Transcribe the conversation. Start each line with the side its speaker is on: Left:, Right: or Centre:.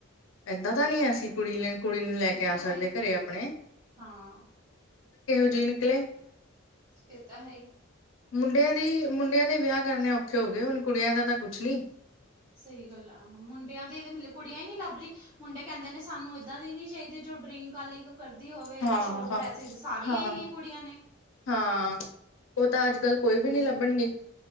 Left: ਏਦਾਂ ਤਾਂ ਨਹੀਂੀ ਅਸੀਂ ਕੁੜੀ ਕੁੜੀ ਨੂੰ ਲੈ
Right: ਇਹ
Left: ਕੇ ਆ
Right: ਤਾਂ ਹੈ
Left: ਸਕਦੇ
Right: ਹੀ
Left: ਘਰੇ ਆਪਣੇ
Right: ਹਾਂ
Left: ਜ ਨਿਕਲੇ
Right: ਇਹ ਤਾਂ ਹੈ ਹੀ
Left: ਮੁੰਡਿਆਂ ਦੀ ਮੁੰਡਿਆਂ ਦੇ ਵਿਆਹ ਕਰਨੇ ਔਖੇ ਹੋ ਗਏ ਹੁਣ ਕੁੜੀਆਂ ਦਾ ਤਾਂ ਕੁਛ ਨੀ
Right: ਸਹੀ ਗੱਲ ਆ ਮੁੰਡਿਆਂ ਦੇ ਇਹਦੇ ਮਤ ਕੁੜੀਆਂ ਹੀ ਨਹੀਂੀ ਲੱਭ ਰਹੀ ਮੁੰਡੇ ਕਹਿੰਦੇ ਨੇ ਸਾਨੂੰ ਇੱਦਾਂ ਦੀ ਨਹੀਂ ਚਾਹੀਦੀ ਜੋ ਡਰਿੰਕ ਵਾਲੀ ਕਰਦੀ ਹੋਵੇ
Left: ਹਾਂ
Right: ਤਾਂ ਸ਼ੋਟ
Left: ਹਾਂ
Right: ਡਰੈਸਿਸ ਸਾਰੀ
Left: ਹਾਂ
Right: ਇ ਹੀ ਕੁੜੀਆਂ ਨੇ
Left: ਹਾਂ ਉਹ ਤਾਂ ਅੱਜ ਕੱਲ ਕੋਈ ਵੀ
Right: ਹਮ
Left: ਨਹੀਂੀ ਲੱਭਡ ਰਿ